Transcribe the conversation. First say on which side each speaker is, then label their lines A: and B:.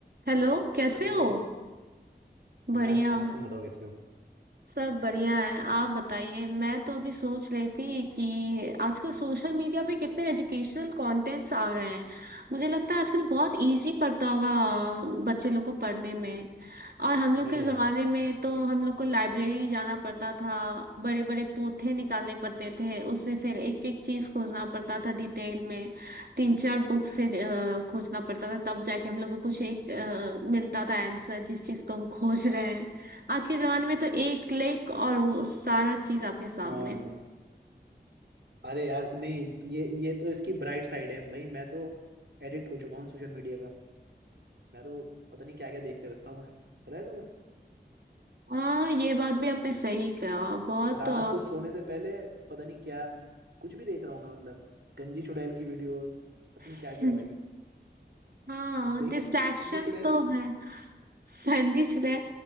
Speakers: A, on the right; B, on the right.
A: Hello कैसे
B: Hello
A: हो
B: मैं
A: बढ़िया
B: अच्छा हूँ तुम बताओ कैसे हो
A: सब बढ़िया है आप बताइए मैं तो अभी सोच रही थी कि आजकल सोशल मीडिया पे कितने एजुकेशनल कंटेंट्स आ रहे हैं मुझे लगता है आजकल बहुत इजी पड़ता होगा बच्चे लोग को पढ़ने में और हम लोग
B: नहीं
A: के जमाने
B: यार
A: में तो हम लोग को लाइब्रेरी जाना पड़ता था बड़े बड़े पोथे निकालने पड़ते थे उससे फिर एक एक चीज खोजना पड़ता था डिटेल में तीन चार बुक से अ, खोजना पड़ता था तब जाके हम लोग को कुछ एक अ, मिलता था आंसर जिस चीज को हम खोज रहे हैं आज के जमाने में तो एक क्लिक और वो सारा चीज आपके सामने
B: हाँ अरे यार नहीं ये ये तो इसकी ब्राइट साइड है भाई मैं तो एडिक्ट हो चुका हूँ सोशल मीडिया का मैं तो पता नहीं क्या क्या देखते रहता हूँ पता है तुम्हें
A: हाँ ये बात भी आपने सही कहा बहुत
B: रात
A: अ,
B: को सोने से पहले पता नहीं क्या कुछ भी देख रहा हूँ मैं मतलब गंजी चुड़ैल की वीडियोस पता नहीं क्या
A: <laughs>
B: क्या भाई
A: हाँ
B: देखिए
A: डिस्ट्रैक्शन
B: तुमने गंजी चुड़ैल
A: तो
B: वाली
A: है संजीश ने